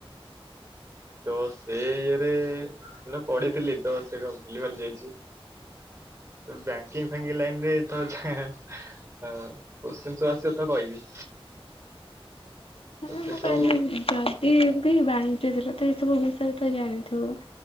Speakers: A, on the right; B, on the left.
A: ତ ସେ ଇଏରେ ପଢିଥିଲି ତ ସେ ଭୁଲିଭାଲି ଯାଇଛି ବଙ୍କିଙ୍ଗ ଫଙ୍କିଙ୍ଗ ଲାଇନରେ୍ଚ ଆସେତ କହିବି। ତ
B: ହଁ
A: ସେ
B: ମୁଁ
A: ସବୁ
B: କହିଲି ଯଦି ବି ବାଞ୍ଚଞ୍ଚିଥିଲ ତ <unintelligible> ଏଥିରେ ତ ଜାଣିଥିବ